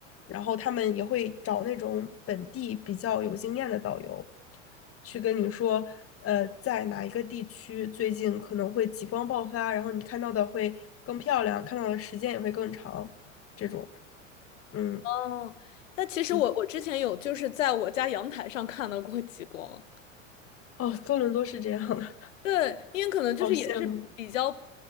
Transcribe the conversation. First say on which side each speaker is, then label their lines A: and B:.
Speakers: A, on the left (about 35°); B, on the left (about 75°).
A: 然后他们也会找那种本地比较有经验的导游，去跟你说，呃，在哪一个地区最近可能会极光爆发，然后你看到的会更漂亮，看到的时间也会更长，这种，嗯，
B: 嗯，但其实我我之前有就是在我家阳台上看到过极光。
A: 对，哦，多伦多是这样的，
B: 对，因为可能就是也是比较
A: <laughs> 好羡慕。